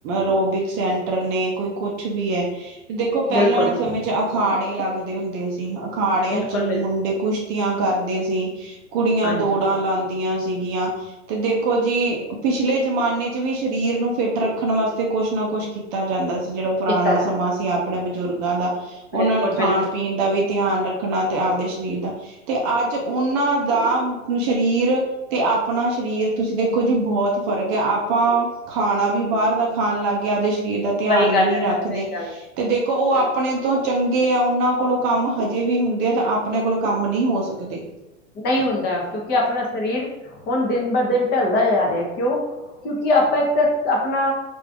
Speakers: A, on the right (about 30°); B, on the left (about 25°).
A: ਰੋਬਿਕ ਸੈਂਟਰ ਨੇ ਕੋਈ ਕੁਛ ਕੁਛ ਵੀ ਹੈ। ਦੇਖੋ ਪਹਿਲਾਂ
B: ਬਿਲਕੁਲ
A: ਵਾਲੇ
B: ਜੀ
A: ਸਮੇਂ ਚ ਅਖਾੜੇ ਲੱਗਦੇ ਹੁੰਦੇ ਸੀ ਅਖਾੜਿਆਂ
B: ਬਿਲਕੁਲ
A: ਚ
B: ਬਿਲਕੁਲ
A: ਮੁੰਡੇ ਕੁਛਤੀ ਆਂ ਕਰਦੇ ਸੀ ਕੁੜੀਆਂ
B: ਹਾਂਜੀ
A: ਦੌੜਾਂ ਲਾਉਦੀਆਂ ਸੀਗੀਆਂ ਤੇ ਦੇਖੋ ਜੀ ਪਿਛਲੇ ਜਮਾਨੇ ਚ ਵੀ ਸਰੀਰ ਨੂੰ ਫਿੱਟ ਰੱਖਣ ਵਾਸਤੇ ਕੁਛ ਨਾ ਕੁਛ ਕੀਤਾ ਦਿੱਤਾ ਜਾਂਦਾ ਸੀ ਜਿਹੜਾ ਪੁਰਾਣਾ
B: ਕੀਤਾ ਜਾ
A: ਸਮਾਂ ਸੀ ਆਪਣੇ ਬਜ਼ੁਰਗਾਂ ਦਾ ਉਹਨਾਂ
B: ਬਿਲਕੁਲ
A: ਨੂੰ ਖਾਣ
B: ਬਿਲਕੁਲ
A: ਪੀਣ ਦਾ ਵੀ ਧਿਆਨ ਰੱਖਣਾ ਤੇ ਆਪਦੇ ਸਰੀਰ ਦਾ ਤੇ ਅੱਜ ਉਹਨਾਂ ਦਾ ਸਰੀਰ ਤੇ ਆਪਣਾ ਸਰੀਰ ਤੁਸੀਂ ਦੇਖੋ ਜੀ ਬਹੁਤ ਫ਼ਰਕ ਹੈ ਆਪਾਂ, ਖਾਣਾ ਵੀ ਬਾਹਰ ਦਾ ਖਾਣ ਲੱਗ ਗਏ ਤੇ ਸਰੀਰ ਦਾ ਧਿਆਨ
B: ਸਹੀ ਗੱਲ
A: ਵੀ ਨਹੀਂ
B: ਹੈ
A: ਰੱਖਦੇ
B: ਸਹੀ ਗੱਲ ਹੈ
A: ਤੇ ਦੇਖੋ ਉਹ ਆਪਣੇ ਤੋਂ ਚੰਗੇ ਆ ਉਹਨਾਂ ਕੋਲੋਂ ਕੰਮ ਹਜੇ ਵੀ ਹੁੰਦੇ ਆ ਤਾਂ ਆਪਣੇ ਕੋਲ ਕੰਮ ਨਹੀਂ ਹੋ ਸਕਦੇ
B: ਨਹੀਂ ਹੁੰਦਾ ਕਿਉਂਕਿ ਆਪਣਾ ਸਰੀਰ ਹੁਣ ਦਿਨ ਬ ਦਿਨ ਢਲਦਾ ਜਾ ਰਿਹਾ ਕਿਉਂ ਕਿਉਂਕਿ ਆਪਾਂ ਇੱਕ ਤਾਂ ਆਪਣਾ